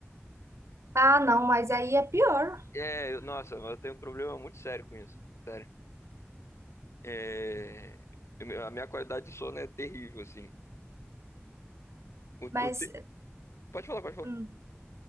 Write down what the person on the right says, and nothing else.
Ah, não, mas aí é pior.
Mas,
hum.